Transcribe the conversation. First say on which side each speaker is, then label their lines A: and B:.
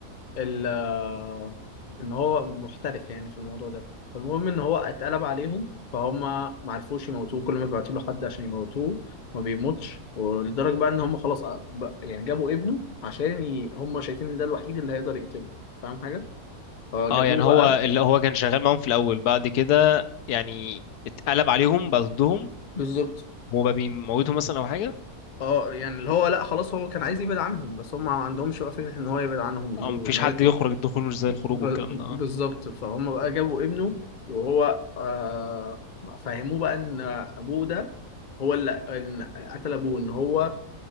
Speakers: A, on the left; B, on the left.
A: ال آه، ان هو محترف يعني في الموضوع ده فالمهم ان هو اتقلب عليهم فهم ما عرفوش يموتوه كل ما بيبعتوا له حد عشان يموتوه ما بيموتش ولدرجه بقى ان هم خلاص أ- بقى- يعني جابوا ابنه عشان ي... هم شايفين ان ده الوحيد اللي هيقدر يقتله فاهم حاجه فجابوه
B: اه يعني هو
A: بقى
B: اللي هو كان شغال معاهم في الاول بعد كده يعني اتقلب عليهم بقى ضدهم
A: بالظبط
B: وبقى بيموتهم مثلا او حاجه
A: اه يعني اللي هو لا خلاص هو كان عايز يبعد عنهم بس هم ما عندهمش بقى فكره ان هو يبعد عنهم دي
B: او مفيش
A: وانه
B: حد
A: يطلع
B: يخرج الدخول مش زي الخروج
A: ب...
B: والكلام ده
A: بالظبط فهم بقى جابوا ابنه وهو آه... فهموه بقى ان ابوه ده هو اللي إن قتل ابوه ان هو